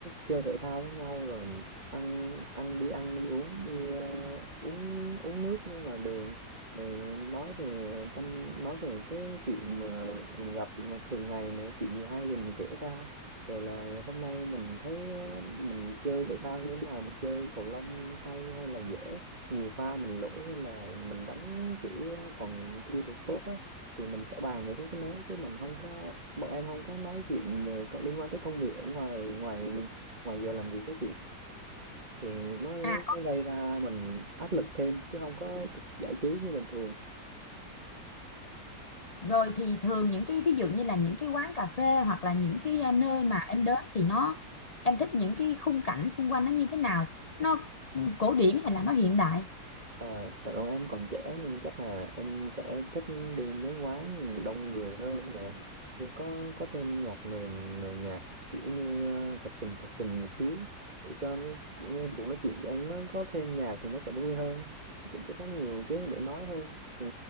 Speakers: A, on the right (about 25°); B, on the left (about 55°).
A: chơi thể thao với nhau rồi ăn ăn đi ăn đi uống đi ờ, uống uống nước ngoài đường rồi nói về tâm nói về cái chuyện mà mình gặp mà thường ngày này chuyện gì hay thì mình kể ra rồi là hôm nay mình thấy ờ, mình chơi thể thao như thế nào mình chơi cầu lông hay hay là dở nhiều pha mình lỗi hay là mình đánh kiểu ờ, còn chưa được tốt á thì mình sẽ bàn về mấy cái đó chứ mình không có bọn em không có nói chuyện về có liên quan tới công việc ở ngoài ngoài ngoài giờ làm việc đó chị thì nó,
B: À,
A: nó gây ra mình áp lực thêm chứ không có được giải trí như bình thường
B: rồi thì thường những cái ví dụ như là những cái quán cà phê hoặc là những cái à, nơi mà em đến thì nó em thích những cái khung cảnh xung quanh nó như thế nào? Nó ừ, cổ điển hay là nó hiện đại?
A: Ờ, tại bọn em còn trẻ nên chắc là em sẽ thích đi mấy quán đông người hơn nè có có thêm nhạc nền rồi nhạc kiểu như ờ, sập sình sập sình một xíu để cho nó- kiểu như cuộc nói chuyện của em nó có thêm nhạc thì nó sẽ vui hơn kiểu cho có nhiều cái để nói hơn Ừ,